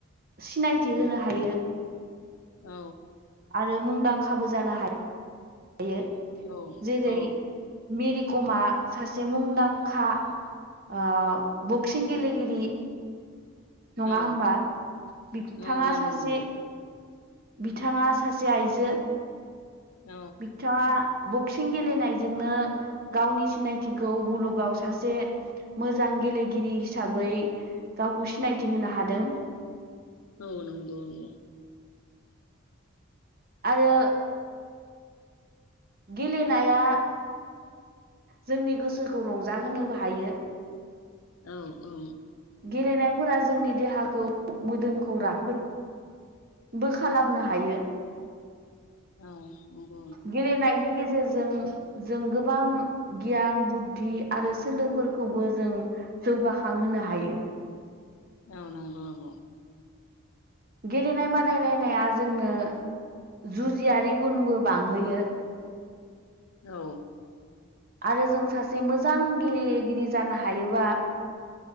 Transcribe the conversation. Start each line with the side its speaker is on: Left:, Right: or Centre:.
Right: सिनाय थि
Left: औ
Right: हायो
Left: औ
Right: आरो मुंदांखाबो जानो हा यो
Left: औ
Right: जेरै
Left: औ
Right: मेरि कमा सासे मुंदांखा ओ बक्सिं गेलेगिरि नङा
Left: औ
Right: होमबा बिथाङा
Left: नंगौ
Right: सासे
Left: नंगौ
Right: बिथाङा सासे आइजो
Left: औ
Right: बिथाङा बक्सिं गेलेनायजोंनो गावनि सिनायथिखौ मुलुगाव सासे मोजां गेलेगिरि हिसाबै गावखौ सिनायथि होनो हादों
Left: औ नंगौ नंगौ
Right: आरो गेलेनाया जोंनि गोसोखौ रंजाहोनोबो हायो
Left: औ-औ
Right: गेलेनायफोरा जोंनि देहाखौ मोदोमखौ राफोद बो खालामनो हायो।
Left: औ नंगौ
Right: गेलेनायनि गेजेरजों जों गोबां गियान बुद्धि आरो सोलोफोरखौबो जों जौगाखांहोनो हायो
Left: औ नंगौ आब'
Right: गेलेनाय बादायलायनाया जोंनो जुजियारि गुनबो बांहोयो
Left: औ
Right: आरो जों सासे मोजां गेलेगिरि जानो हायोबा